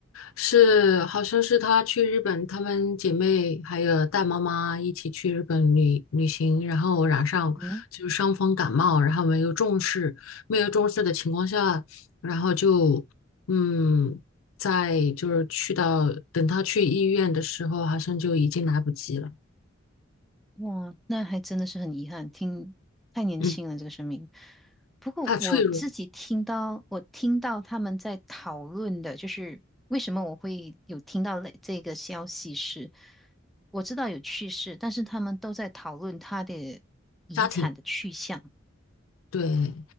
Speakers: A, on the left; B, in the centre.
A: 是，好像是她去日本，她们姐妹还有带妈妈一起去日本旅旅行，然后染上就是伤风感冒，
B: 嗯，
A: 然后没有重视，没有重视的情况下，然后就嗯，在就是去到等她去医院的时候，好像就已经来不及了。
B: 哇，那还真的是很遗憾，听太年轻了这个生命。
A: 嗯，
B: 不过我自己听到，
A: 太脆弱了
B: 我听到他们在讨论的，就是为什么我会有听到类这个消息是，我知道有去世，但是他们都在讨论他的遗产的去向。
A: 家庭。对，